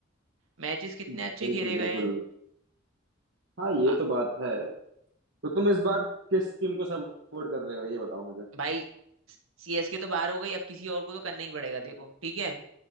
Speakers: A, on the right (about 85°); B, on the right (about 60°).
A: मैचेस कितने
B: हम्म।
A: अच्छे
B: बिल्कुल
A: खेले
B: बिल्कुल
A: गए हैं
B: हाँ ये
A: आ,
B: तो बात है तो तुम इस बार किस टीम को सपोर्ट कर रहे हो ये बताओ मुझे
A: भाई सीएसके तो बाहर हो गई अब किसी और को तो करना ही पड़ेगा देखो ठीक है